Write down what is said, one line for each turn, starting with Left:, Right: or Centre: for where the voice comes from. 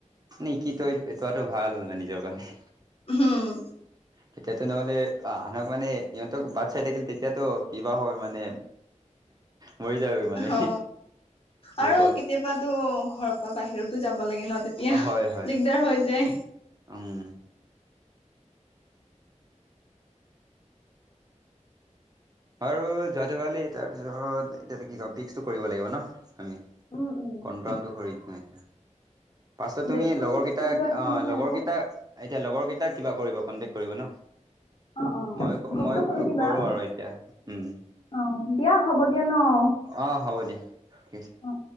Right: নি কি তই কৰাটো ভাল মে নিজৰ কাৰণে
Left: হ'ম।
Right: তেতিয়াতো নহ'লে আহ আনক মানে ইহঁতক বাট চাই থাকিল, তেতিয়াতো কিবা হয় মানে মৰি যাওঁ গৈ মানে
Left: অ
Right: বুকত
Left: আৰু কেতিয়াবাতো ঘৰৰ পৰা বাহিৰতো যাব লাগে ন তেতিয়া
Right: অ' হয়, হয়,
Left: দিগদাৰ হৈ যায়
Right: উম। আৰু যোৱাটোকালি তাৰপিছত এতিয়াটো কি কম ফ্ৰিক্সটো কৰিব লাগিব ন। আমি
Left: উম উম
Right: কনফ্ৰামটো কৰি আমি পাছত তুমি
Left: ডেটটো
Right: লগৰ
Left: ফিক্স
Right: কেইটা
Left: কৰিব আছে
Right: অ'
Left: নহয়
Right: লগৰ
Left: আৰু
Right: কেইটা এতিয়া লগৰ কেইটাক কিবা কৰিব কণ্টেক্ট কৰিব ন
Left: অ অ
Right: মইয়ো
Left: গ্ৰুপটো
Right: মই
Left: খুলি দিবা
Right: কৰোঁ আৰু এতিয়া উম,
Left: অ দিয়া হ'ব দিয়া ন অ
Right: অ' হ'ব দিয়া ঠিক আছে।
Left: অ